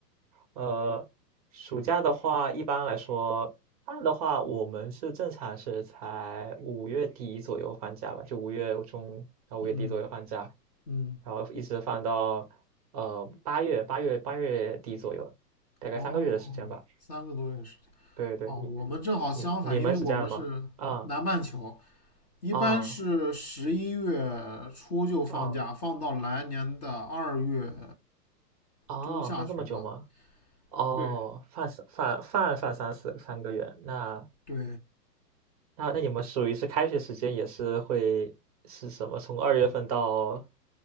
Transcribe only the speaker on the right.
呃，暑假的话，一般来说，放的话，我们是正常是才五月底左右放假吧，就五月中到五月底左右放假，
然后一直放到呃八月八月八月底左右，大概三个月的时间吧。
对对，
你
你你们是这样吗？
啊
啊啊
啊！
放这么久吗？哦，
放三放放放三四三个月，那
那那你们属于是开学时间也是会是什么？从二月份到